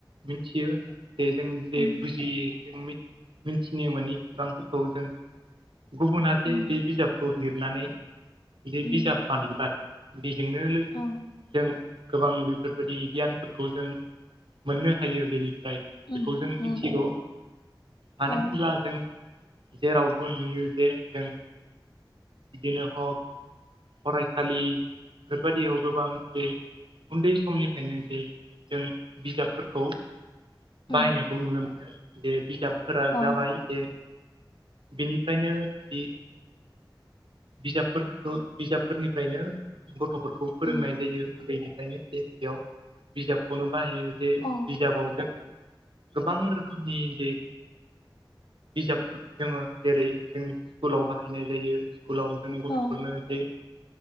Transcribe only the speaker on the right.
मिनथियो जे जों जे
बुजियि जों मि मिथिनो मोननि खौरांफोरखौ जों गुबुना जे
बे बिजाब खौ लिरनानै जे
बिजाब बानायबाय बेजोंनो लो
जों गोबां बेफोरबायदि गियान। फोरखौ जों मोननो हायो बेनिफ्राय
बेखौ जों मिथिगौ
मानो
होनब्ला जों जेरावबो नुयो जे जों बिदिनो हक फरायसालि बेफोरबादियाव गोबां जे उन्दै समनिफ्रायनो जे जों बिजाबफोरखौ बाहायनायखौ
नुनो मोनो जे बिजाबफोरा
जाबाय जे बेनिफ्रायनो बे बिजाबफोरखौ बिजाबफोरनिफ्रायनो गथ'फोरखौ फोरोंनाय
जायो उन्दैनिफ्रायनो जे बेयाव बिजाबखौनो बाहायो जे
बिजाबाव जों गोबां रोखोमनि जे बिजाबफोरखौ जोंङो जेरै जों स्कुलाव बाहायनाय जायो स्कुलाव जों गथ'फोरनो
जे